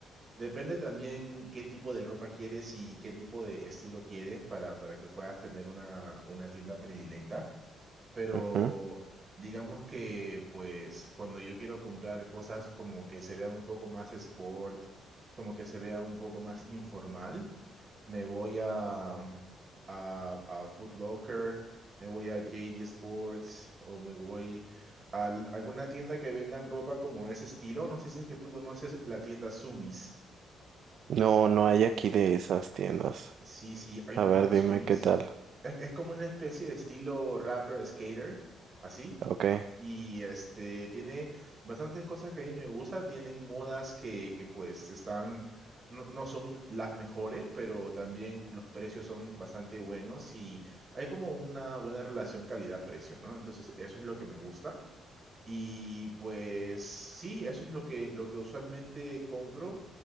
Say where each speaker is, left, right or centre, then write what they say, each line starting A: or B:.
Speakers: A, on the right (about 30°); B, on the right (about 65°).
A: Depende también qué tipo de ropa quieres y qué tipo de estilo quieres para, para que puedas tener una, una tienda predilecta. Pero
B: Ujú.
A: digamos que pues cuando yo quiero comprar cosas como que se vean un poco más sport, como que se vea un poco más informal, me voy a, a, a Foot Locker, me voy a JD Sports o me voy a alguna tienda que vendan ropa como ese estilo. No sé si es que tú conoces la tienda Sumis.
B: No, no hay aquí de esas tiendas.
A: Sí, sí, hay
B: A
A: una
B: ver,
A: tienda
B: dime
A: Sumis.
B: qué tal.
A: Es, es como una especie de estilo rapper, skater, así.
B: Ok.
A: Y este, tiene bastantes cosas que a mí me gustan. Tienen modas que, que pues están, no, no son las mejores, pero también los precios son bastante buenos y hay como una buena relación calidad-precio, ¿no? Entonces, eso es lo que me gusta. Y pues sí, eso es lo que, lo que usualmente compro